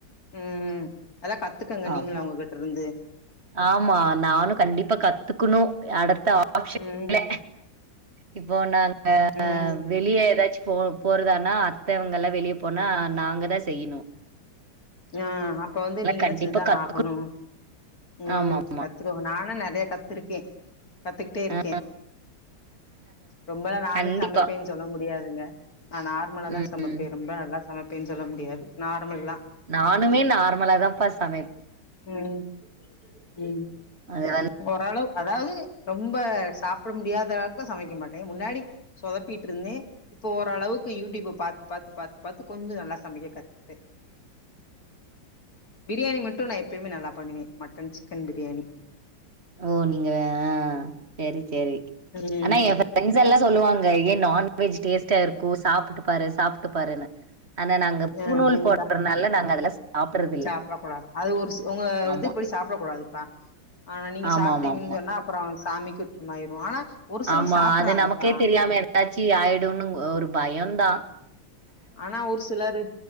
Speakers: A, on the left; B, on the right.
A: ம் அதல்லா கத்துக்கங்க நீங்களு
B: ஆமா
A: அவுங்கிட்ட ருந்து
B: ஆமா நானு கண்டிப்பா கத்துக்கணு அடுத்த ஆப்ஷன்
A: ம்
B: இல்ல இப்போ நாங்க
A: ம்
B: வெளிய ஏதாச்சு போ போறதானா அத்த அவுங்கல்லா வெளிய போனா நாங்க தா செய்யிணு
A: ஆ அப்ப வந்து நீங்க
B: கண்டிப்பா
A: தா செஞ்சதா
B: கத்துக்கணும்
A: ஆகணு ம்
B: ஆமாம்.
A: ரத் துகோங்க நானு நெறைய கத்துருக்கே கத்துக்கிட்டே இருக்கே
B: ஆ
A: ரொம்பெல்லா நானு
B: கண்டிப்பா.
A: சமப்பேன்னு சொல்ல முடியாதுங்க நா நார்மலா தா
B: ம்.
A: சமைப்பே ரொம்ப நல்லா சமப்பேன்னு சொல்ல முடியாது நார்மல்தா
B: நானுமே நார்மலா தான்ப்பா சமை
A: ம் ம்
B: அது வந்
A: ஓரளவு அதாவ்து ரொம்ப சாப்ட முடியாத அளவுக்குலா சமைக்க மாட்டே முன்னாடி சொதப்பிட்ருந்தே இப்போ ஓரளவுக்கு யூடியூப பாத்து பாத்து பாத்து பாத்து கொஞ்சோ நல்லா சமைக்க கத்துக்கிட்டே பிரியாணி மட்டு நா எப்பியுமே நல்லா பண்ணுவே மட்டன் சிக்கன் பிரியாணி
B: ஓ நீங்க ஆ செரி செரி
A: ம்
B: ஆனா எ ஃப்ரெண்ட்ஸ் எல்லா சொல்லுவாங்க ஏ நான்வெஜ் டேஸ்டா இருக்கு சாப்ட்டு பாரு சாப்ட்டு பாருன்னு ஆனா நாங்க
A: அ <unintelligible>
B: பூணூல் போடுறனால நாங்க அதெல்லாம் சாப்பிடுறதில்ல.
A: சாப்ட கூடாது அது ஒரு உங்க
B: ஆமா.
A: இது அப்டி சாப்டக்கூடாதுப்பா ஆனா நீங்க
B: ஆமாமாம்.
A: சாப்டீங்கன் சொன்னா அப்றோ சாமிக்குத்த மாயிரு ஆனா ஒரு சிலர்
B: ஆமா
A: சாப்டுறாங்கப்பா
B: அது நமக்கே தெரியாம ஏதாச்சி ஆய்டுனு ஒரு பயோதா
A: ஆனா ஒரு சிலரு